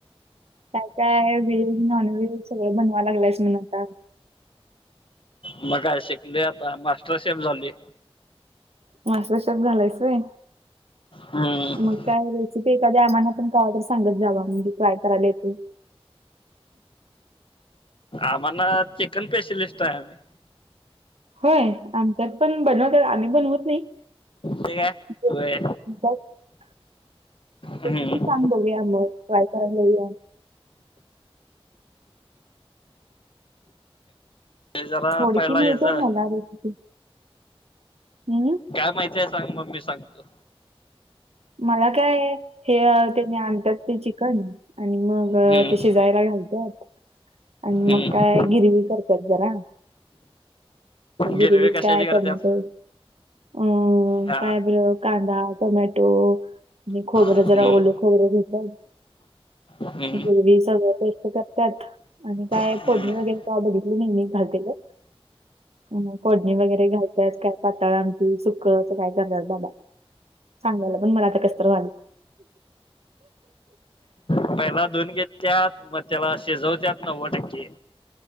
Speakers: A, on the right; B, on the left.
A: काय काय व्हेज नॉन व्हेज सगळं बनवाया लागलं स म्हण आता
B: मग काय शिकलोय आता मास्टरशेफ झालोय.
A: मास्टर शेफ झालायस व्हय?
B: हम्म
A: मग काय रेसिपी एखादी आम्हाला पण कवा तर सांगत जावा? म्हणजे ट्राय करायला येते.
B: आम्हाना चिकन स्पेशालिस्ट हाय आम्ही.
A: होय आमच्यात पण बनवतात आम्ही बनवत नाही.
B: ठीक आहे
A: <unintelligible>
B: व्हय
A: किती
B: हम्म
A: सांग बघूया मग ट्राय करायला येऊया.
B: ते जरा
A: थोडकी
B: पहिला
A: माहिती
B: ह्याच
A: आहे
B: काय
A: मला रेसिपी हम्म
B: माहिती आहे. सांग मग? मी सांगतो.
A: मला काय हे त्यानी आणत्यात ते चिकन आणि मग अ
B: हम्म
A: ते शिजयला घालत्यात. आणि
B: हम्म
A: मग काय गिरवी करत्यात जरा गिरवीत
B: गिरवी कशाची
A: काय
B: करत्यात
A: टोमॅटो अ
B: हा
A: काय ब्र कांदा टोमॅटो आणि खोबरं
B: हम्म
A: जरा ओल खोबर घेतात
B: हम्म
A: गिरवी सगळं पेष्ट करत तात आणि काय
B: हम्म
A: फोडणी वगैरे काय बघितली नाही मी घालत्याल. अन् फोडणी वगैरे घालत्यात काय पाताळ आमटी सुक असं काय करत्यात बाबा सांगायला पण मला आता कसतर व्हायलं.
B: पहिला धुवून घेत्यात मग त्याला शिजवत्यात नव्वद टक्के